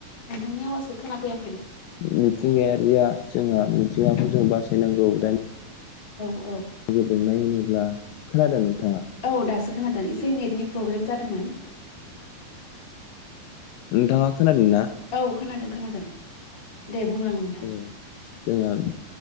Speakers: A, on the left; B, on the left.
A: नोंथांनि आवाजखौ खोनाफैया
B: मिथिंगायारिया जोंहा मिथिंगाखौ जों बासायनांगौ दानि
A: औ
B: गेब्रेंनाय होनोब्ला खोनादों नोंथाङा?
A: औ दासो खोनादों एसे नेटनि प्रब्लेम जादोंमोन।
B: नोंथाङा खोनादों ना?
A: औ खोनादों खोनादों दे बुंलां नोंथां
B: औ जोंहा